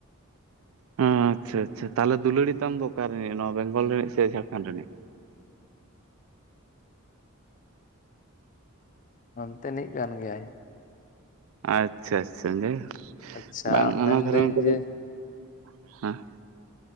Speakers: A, on the right; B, on the left.
A: <unintelligible> ᱟᱪᱪᱷᱟ ᱟᱪᱪᱷᱟ, ᱛᱟᱦᱮ ᱫᱩᱞᱟᱹᱲᱤ ᱛᱟᱢ ᱫᱚ ᱚᱠᱟ ᱨᱤᱱᱤᱡ ᱱᱚᱣᱟ ᱵᱮᱝᱜᱚᱞ ᱨᱤᱱᱤᱡ ᱥᱮ ᱡᱷᱟᱲᱠᱷᱟᱸᱰ ᱨᱤᱱᱤᱡ?
B: ᱚᱱᱛᱮᱱᱤᱡ ᱠᱟᱱ ᱜᱮᱭᱟᱭ ᱾
A: ᱟᱪᱪᱷᱟ ᱟᱪᱪᱷᱟ ᱜᱮ,
B: ᱟᱪᱪᱷᱟ
A: ᱵᱟᱝ ᱚᱱᱟ
B: ᱢᱮᱱᱫᱟᱹᱧ
A: ᱫᱷᱚᱨᱚᱢ ᱠᱚᱫᱚ,
B: ᱡᱮ
A: <unintelligible>